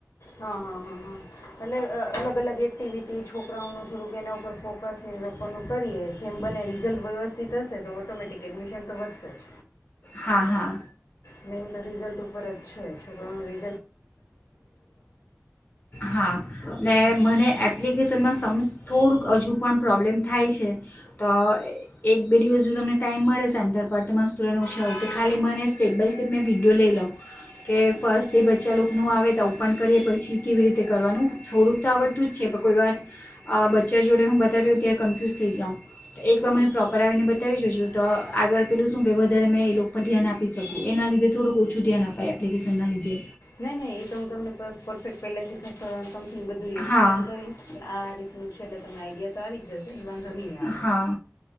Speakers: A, on the left; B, on the left.
A: હા હા હા હા એટલે અ અલગ અલગ એક્ટિવિટી છોકરાઓનું થોડુંક એના ઉપર ફોકસ ને એ લોકોનું કરીએ. જેમ બને રીઝલ્ટ વ્યવસ્થિત હશે તો ઓટોમેટિક એડમિશન તો વધશે જ.
B: હા હા.
A: નહીન તો રિઝલ્ટ ઉપર જ છે. છોકરાઓ નો રી
B: હા ને મને એપ્લિકેશનમાં સમ્સ થોડુંક હજુ પણ પ્રોબ્લેમ થાય છે. તો એક બે દિવસ જો તમને ટાઈમ મળે સન્ટર પર, તમારા સ્ટુડન્ટો ઓછો હોય. તો ખાલી મને સ્ટેપ બાય સ્ટેપ મેં વિડીયો લઈ લઉં. કે ફર્સ્ટ તે બચ્ચા લોકોનું આવે તો, ઓપન કરીએ પછી કેવી રીતે કરવાનું. થોડુંક તો આવડતું જ છે. પણ કોઈવાર અ બચ્ચા જોડે હું બતાવ્યો ત્યારે કન્ફ્યુઝ થઈ જાઉં. તો એકવાર મને પ્રોપર આવીને બતાવી જજો તો આગળ પેલું શું કે વધારે મેં એ લોકો પર ધ્યાન આપી શકું. એના લીધે થોડુંક ઓછું ધ્યાન આપાય એપ્લિકેશનના લીધે.
A: નહી નહી એ તો હું તમને પર પરફેક્ટ પહેલેથી થ હ બધું એક્સપ્લેન
B: હા
A: કરીશ કે આ રીતે હું છે એટલેમને આઈડિયા તો આવી જશે. વાંધોની આવે,
B: હા